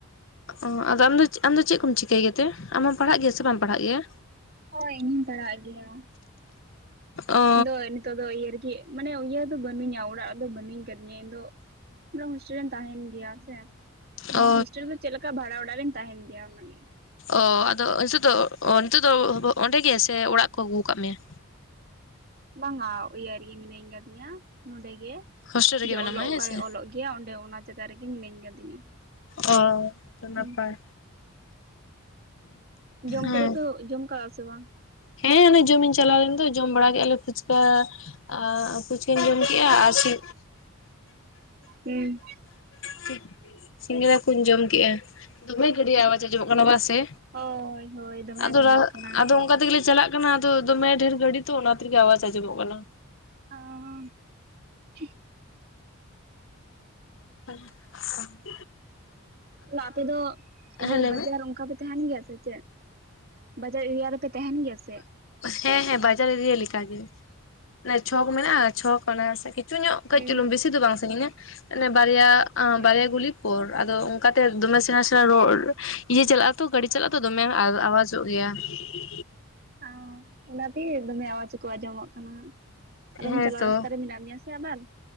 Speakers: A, on the left; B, on the right.
A: ᱚ ᱟᱫᱚ ᱟᱢᱫᱚ ᱟᱢᱫᱚ ᱪᱮᱫ ᱠᱚᱢ ᱪᱤᱠᱟᱹᱭ ᱜᱮᱛᱮ ᱟᱢ ᱦᱚᱢ ᱯᱟᱲᱦᱟᱜ ᱜᱮᱭᱟ ᱥᱮ ᱵᱟᱢ ᱯᱟᱲᱦᱟᱜ ᱜᱮᱭᱟ?
B: ᱦᱳᱭ ᱤᱧ ᱦᱚᱸᱧ ᱯᱟᱲᱟᱜ ᱜᱮᱭᱟ᱾
A: ᱚ
B: ᱤᱧ ᱫᱚ ᱱᱤᱛᱚᱜ ᱫᱚ ᱤᱭᱟᱹ ᱨᱮᱜᱮ ᱢᱟᱱᱮ ᱤᱭᱟᱹ ᱫᱚ ᱵᱟᱹᱱᱩᱧᱟ ᱚᱲᱟᱜ ᱨᱮᱫᱚ ᱵᱟᱹᱱᱩᱧ ᱠᱟᱫᱤᱧᱟ ᱤᱧ ᱫᱚᱼᱼ ᱦᱳᱥᱴᱮᱞ ᱨᱮᱢ ᱛᱟᱦᱮᱱ ᱜᱮᱭᱟ ᱥᱮ ᱵᱟᱝ
A: ᱚ
B: ᱦᱳᱥᱴᱮᱞ ᱨᱮ ᱪᱮᱫ ᱞᱮᱠᱟ ᱵᱷᱟᱲᱟ ᱚᱲᱟᱜ ᱨᱮᱢ ᱛᱟᱦᱮᱱ ᱜᱮᱭᱟ ᱚᱱᱟᱜᱮ,
A: ᱚᱻ ᱟᱫᱚ ᱱᱤᱛᱚᱜ ᱫᱚ ᱚ ᱱᱤᱛᱚᱜ ᱫᱚ ᱚᱸᱰᱮ ᱜᱮ ᱥᱮ ᱚᱲᱟᱜ ᱠᱚ ᱟᱹᱜᱩᱣ ᱠᱟᱫ ᱢᱮᱭᱟ᱾
B: ᱵᱟᱝᱼᱟ ᱤᱭᱟᱹ ᱨᱮᱜᱮ ᱢᱤᱱᱟᱹᱧ ᱠᱟᱫᱤᱧᱟ ᱱᱚᱰᱮ ᱜᱮ
A: ᱦᱳᱥᱴᱮᱞ ᱨᱮᱜᱮ
B: ᱡᱮ
A: ᱢᱮᱱᱟᱢᱟ
B: ᱚᱞᱚᱜ ᱚᱠᱟᱨᱮ
A: ᱦᱮᱸ ᱥᱮ
B: ᱚᱞᱚᱜᱼᱼ ᱜᱮᱭᱟ ᱚᱸᱰᱮ ᱚᱱᱟ ᱡᱟᱜᱟ ᱨᱮᱜᱮ ᱢᱤᱱᱟᱹᱧ ᱠᱟᱫᱤᱧᱟ᱾
A: ᱚ ᱛᱚ ᱱᱟᱯᱟᱭ,
B: ᱦᱩᱸ ᱡᱚᱢ
A: ᱦᱮᱸ
B: ᱠᱚᱫᱚ ᱯᱮ ᱚ ᱡᱚᱢ ᱠᱟᱜᱼᱟ ᱥᱮ ᱵᱟᱝ?
A: ᱦᱮᱸ ᱚᱱᱮ ᱡᱚᱢᱤᱧ ᱪᱟᱞᱟᱣ ᱞᱮᱱ ᱫᱚ ᱡᱚᱢ ᱵᱟᱲᱟ ᱠᱮᱫᱼᱟ ᱞᱮ ᱯᱷᱩᱪᱠᱟ᱾ ᱟ ᱯᱷᱩᱪᱠᱟᱹᱧ ᱡᱚᱢ ᱠᱮᱜᱼᱟ ᱟᱨ ᱥᱤᱼᱼ
B: ᱦᱩᱸ᱾
A: ᱥᱤᱸᱜ ᱥᱤᱸᱜᱟᱹᱲᱟ ᱠᱚᱧ ᱡᱚᱢ ᱠᱮᱜᱼᱟ᱾ ᱫᱚᱢᱮ ᱜᱟᱹᱰᱤ
B: ᱟᱪᱪᱷᱟ
A: ᱟᱣᱟᱡᱽ ᱟᱸᱡᱚᱢᱚᱜ ᱠᱟᱱᱟ ᱵᱟ ᱥᱮ
B: ᱦᱳᱭ ᱦᱳᱭ ᱫᱚᱢᱮ
A: ᱟᱫᱚ
B: ᱟᱸᱡᱚᱢᱚᱜ ᱠᱟᱱᱟ
A: ᱟᱫᱚ ᱚᱱᱠᱟ ᱛᱮᱜᱮᱞᱮᱼᱼ ᱪᱟᱞᱟᱜ ᱠᱟᱱᱟ ᱟᱫᱚ ᱫᱚᱢᱮ ᱰᱷᱮᱨ ᱜᱟᱹᱰᱤ ᱛᱚ ᱚᱱᱟ ᱛᱮᱜᱮ ᱟᱣᱟᱡᱽ ᱟᱸᱚᱢᱚᱜ ᱠᱟᱱᱟ᱾
B: ᱚᱻ
A: ᱦᱟᱱᱼᱥᱷᱟ᱾
B: ᱟᱯᱮ ᱫᱚ ᱤᱭᱟᱹ
A: ᱦᱮᱸ ᱞᱟᱹᱭ
B: ᱵᱟᱡᱟᱨ
A: ᱢᱮ
B: ᱚᱱᱠᱟ ᱯᱮ ᱛᱟᱦᱮᱱ ᱜᱮᱭᱟ ᱥᱮ ᱪᱮᱫ? ᱵᱟᱡᱟᱨ ᱮᱨᱤᱭᱟ ᱨᱮᱯᱮ ᱛᱟᱦᱮᱱ ᱜᱮᱭᱟ ᱥᱮᱜ?
A: ᱦᱮᱸ ᱦᱮᱸ ᱵᱟᱡᱟᱨ ᱤᱨᱤᱭᱟ ᱞᱮᱠᱟ ᱜᱮ᱾ ᱮ ᱪᱷᱚᱠ ᱢᱮᱱᱟᱜᱼᱟ ᱪᱷᱚᱠ ᱠᱟᱱᱟ ᱥᱮ ᱠᱤᱪᱷᱩ ᱧᱚᱜ ᱠᱟᱹᱡᱽ
B: ᱦᱩᱸ
A: ᱪᱩᱞᱩᱝ ᱵᱤᱥᱤ ᱫᱚ ᱵᱟᱝ ᱥᱟᱸᱜᱤᱧᱟ ᱚᱱᱮ ᱵᱟᱨᱭᱟ ᱟᱸ
B: ᱦᱩᱸ
A: ᱵᱟᱨᱭᱟ
B: ᱦᱮᱸ
A: ᱜᱩᱞᱤᱼᱼ ᱯᱚᱨ ᱟᱫᱚ ᱚᱝᱠᱟᱛᱮ ᱫᱚᱢᱮ ᱥᱮᱸᱲᱟ ᱥᱮᱸᱲᱟ ᱨᱚᱲ ᱤᱭᱟᱹ ᱪᱟᱞᱟᱜᱼᱟ ᱛᱚ ᱜᱟᱹᱰᱤ ᱪᱟᱞᱟᱜᱼᱟ ᱛᱚ ᱫᱚᱢᱮ ᱟᱣᱟᱡᱚᱜ ᱜᱮᱭᱟ᱾ ᱤᱱᱼᱚᱰᱤᱵᱮᱞ
B: ᱚᱸ ᱚᱱᱟᱛᱮᱜᱮ ᱫᱚᱢᱮ ᱟᱣᱟᱡᱽ ᱠᱚ ᱟᱸᱡᱚᱢᱚᱜ ᱠᱟᱱᱟ᱾ ᱟᱞᱚᱢ
A: ᱦᱮᱸ
B: ᱪᱟᱞᱟᱜ
A: ᱛᱚ
B: ᱨᱟᱥᱛᱟ ᱨᱮ ᱢᱮᱱᱟᱜ ᱢᱮᱭᱟ ᱥᱮ ᱟᱵᱟᱨ